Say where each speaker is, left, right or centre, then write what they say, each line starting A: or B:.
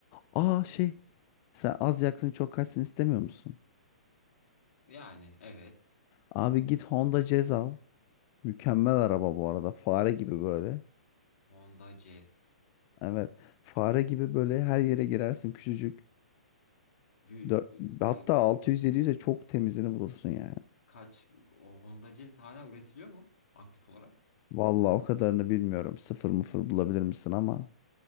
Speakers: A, on the left; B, on the left.
A: Aa şey sen az yaksın çok kaçsın istemiyor musun?
B: Yani evet.
A: Abi git Honda Jazz al. Mükemmel araba bu arada. Fare gibi böyle.
B: Honda Jazz.
A: Evet. Fare gibi böyle her yere girersin küçücük.
B: Büyük
A: Dö-
B: ka-
A: Hatta 600-700'e çok temizini bulursun yani.
B: kaç o Honda Jazz hala üretiliyor mu aktif olarak?
A: Vallahi o kadarını bilmiyorum. Sıfır mıfır bulabilir misin ama.